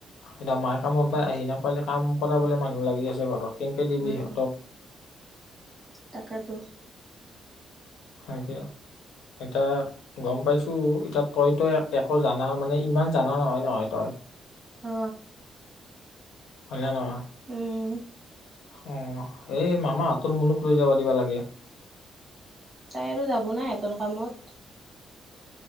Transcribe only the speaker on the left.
এতিয়া মাই কামৰ পৰা আহি নাপালে কাম কৰাবলৈ মানুহ লাগি আছে ঘৰত। কেনেকে দিবি
সিহঁতক
তাকে এতা গম পাইছো এতিয়া তইতো একো জানা মানে ইমান জানা নহয় নহয় তই।
হয়না নহয়।
অ এই মামাহঁতৰ মুনুক লৈ যাব দিবা লাগে।